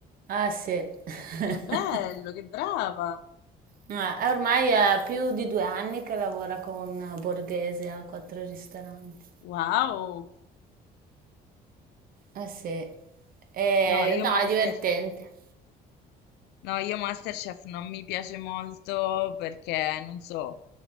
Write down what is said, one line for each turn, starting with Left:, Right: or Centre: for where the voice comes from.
Right: Ah sì. <laughs>
Left: Che bello, che brava.
Right: Eh, Ormai è più di due anni che lavora con Borghese a quattro ristoranti.
Left: Wow.
Right: Eh sì, Eh,
Left: No, io
Right: no,
Left: Master,
Right: è divertente.
Left: no, io Masterchef non mi piace molto perché non so,